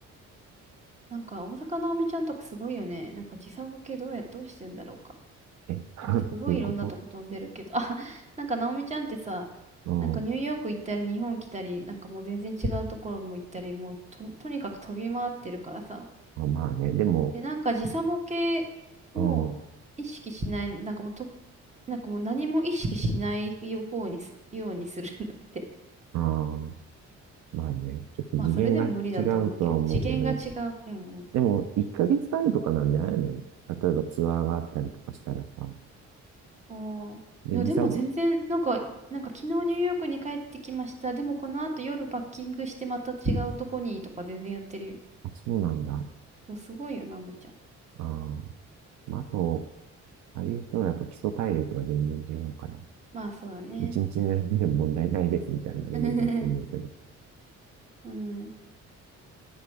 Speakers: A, on the right; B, on the right.
A: なんか、大坂なおみちゃんとかすごいよね。なんか時差ボケどうや、どうしてんだろうか。
B: え <laughs>
A: なんかすごいいろんなとこ飛んでるけど、
B: どういうこと
A: あ、<laughs> なんかナオミちゃんってさ、
B: うん。
A: なんかニューヨーク行ったり日本来たり、なんかもう全然違うところも行ったり、もうと、とにかく飛び回ってるからさ。
B: まあまあね、でも、
A: で、なんか時差ボケを意識しないの、
B: うん。
A: なんかもうと、なんかもう何も意識しないようにす、ようにするんだって。
B: ああ、まあね、
A: <laughs>
B: ちょっと次元が違うとは思うけど、
A: まあそれでも無理だと思うけど、次元が違う。うんうん。
B: でも、1ヶ月単位とかなんじゃないの例えばツアーがあったりとかしたらさ。
A: あーいや、
B: で、時差も、
A: でも全然、なんか、なんか昨日ニューヨークに帰ってきました。でもこの後夜パッキングしてまた違うとこにとか全然やってるよ。
B: あ、そうなんだ。
A: そう、すごいよな、むちゃん。
B: ああ、まあ、あと、ああいう人はやっぱ基礎体力が全然違うから、
A: まあそうだね。
B: 1日寝るでも問題ないですみたいなレベルだと思うけど。
A: <laughs> うん。